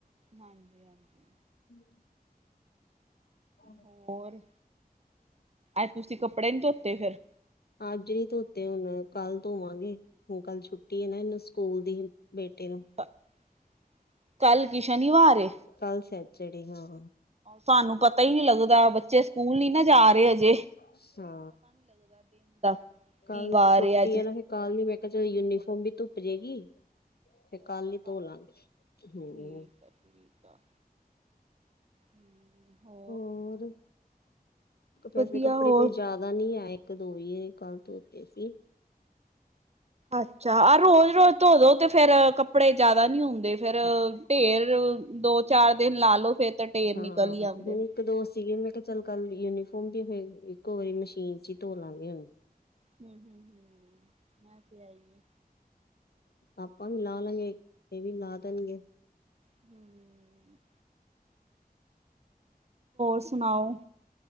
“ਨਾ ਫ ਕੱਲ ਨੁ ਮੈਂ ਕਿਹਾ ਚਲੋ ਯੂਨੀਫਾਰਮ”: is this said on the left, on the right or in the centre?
Left